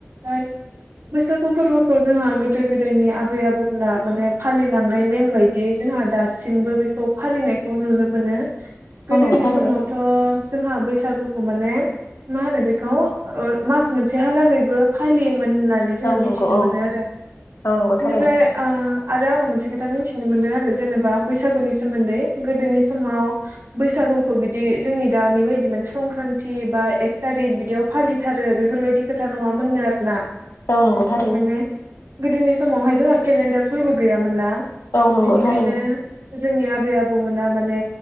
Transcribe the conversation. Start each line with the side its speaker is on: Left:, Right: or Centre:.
Right: आरो बैसागु फोरबोखौ जोंहा गोदो गोदायनि आबै आबौमोनना माने फालिलांनाय नेम बायदियै जोंहा दासिमबो बेखौ फालिनायखौ नुनो मोनो। गोदोनि
Left: औ नंगौ थारैनो
Right: समावथ' जोंहा बैसागुखौ माने मा होनो बेखौ मास मोनसेहालागैबो फालियो। होननानै जोङो
Left: औ नंगौ
Right: मिथिनो
Left: औ
Right: मोनो आरो
Left: औ नंगौ
Right: बेनिफ्राय
Left: थारैनो
Right: आरो आङो मोनसे खोथा मिथिनो मोनदों आरो जेनेबा बैसागुनि सोमोन्दै गोदोनि समाव बैसागुखौ बिदि जोंनि दानि बायदि मान संक्रान्ति बा एक थारिक बिदियाव फालिथारो बेफोरबायदि खोथा नङामोननो आरोना
Left: औ नंगौ थारनो
Right: माने गोदोनि समावहाय जोंहा केलेन्डार फोरबो गैयामोन ना
Left: औ नंगौथारैनो
Right: बिनिखायनो जोंनि आबै आबौमोन माने